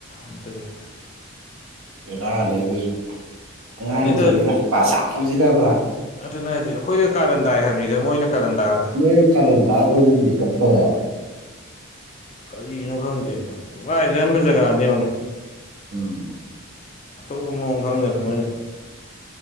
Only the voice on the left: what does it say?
ꯑꯗꯨꯒꯤ
ꯂꯣꯏꯅꯗ
ꯑꯗꯨꯅꯦ ꯍꯥꯢꯖꯦ ꯑꯩꯈꯣꯏꯗ ꯀꯥꯔꯟ ꯇꯥꯏ ꯍꯥꯏꯕꯅꯤꯗ ꯃꯣꯏꯅ ꯀꯥꯔꯟ ꯇꯥꯔꯒ
ꯀꯔꯤꯅꯣ ꯈꯪꯗꯦꯕ ꯅꯨꯡꯉꯥꯏꯖꯥꯥꯔꯝꯕ ꯖꯒꯥꯅꯦ ꯌꯦꯡꯎꯅꯦ
ꯑꯇꯣꯞꯄ ꯃꯑꯣꯡ ꯈꯪꯗꯦꯕ ꯃꯣꯏꯅ